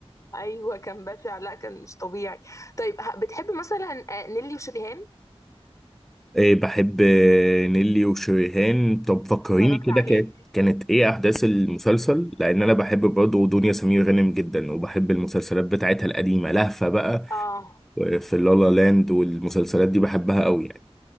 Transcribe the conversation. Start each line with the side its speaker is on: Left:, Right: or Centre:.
Left: ايوه كان بشع لا كان مش طبيعي طيب ه- بتحب مثلا آه، نيلي وشريهان
Centre: إيه بحب آه، نيلي وشريهان طب فكريني
Left: اتفرجت
Centre: كده
Left: عليه
Centre: كانت كانت ايه احداث المسلسل لان انا بحب برضه دنيا سمير غانم جدا وبحب المسلسلات بتاعتها القديمه لهفه بقى
Left: اه
Centre: في لالا لاند والمسلسلات دي بحبها قوي يعني